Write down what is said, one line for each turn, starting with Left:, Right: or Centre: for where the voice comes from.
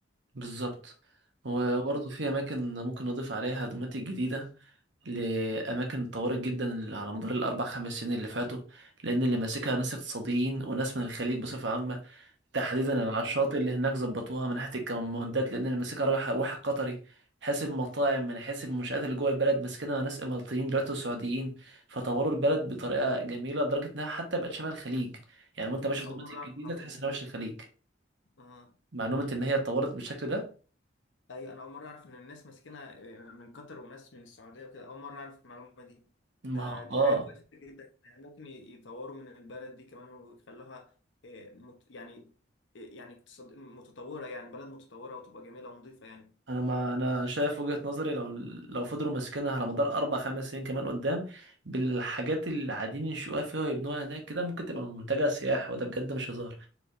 Right: بالظبط وبرضه في اماكن ممكن نضيف عليها دوماتيك جديده لأماكن اتطورت جدا اللي على مدار الأربع خمس سنين اللي فاتوا لأن اللي ماسكها ناس اقتصاديين وناس من الخليج بصفة عامة تحديدا
Left: يا سلام
Right: على الشاطئ
Left: والله
Right: اللي هناك ظبطوها من ناحية الكمامودات لأن اللي ماسكها راح- واحد قطري حيث المطاعم من حيث المنشآت اللي جوه البلد ماسكينها ناس إماراتيين دلوقتي وسعوديين فطوروا البلد بطريقة جميلة لدرجة إنها حتى بقت شبه الخليج يعني وأنت ماشي
Left: انا
Right: في
Left: اول
Right: دمياط
Left: مره
Right: الجديدة
Left: اعرف المعلومه
Right: تحس
Left: دي
Right: إنها مش الخليج
Left: اه
Right: معلومة إن هي اتطورت بالشكل ده
Left: ايوه انا اول مره اعرف ان الناس ماسكينها آه، من قطر وناس من السعوديه وكده اول مره اعرف المعلومه دي
Right: ما
Left: ده دي
Right: آه
Left: حاجه كويسه جدا يعني ممكن ي- يطوروا من البلد دي كمان ويخلوها آه، مت... يعني آه، يعني اقتصاد متطوره يعني بلد متطوره وتبقى جميله ونظيفه يعني
Right: انا ما انا شايف وجهة نظري لو لو فضلوا ماسكينها على مدار اربع خمس سنين كمان قدام بالحاجات اللي قاعدين ينشئوها فيها ويبنوها هناك كده ممكن تبقى منتجع سياحي وده بجد مش هزار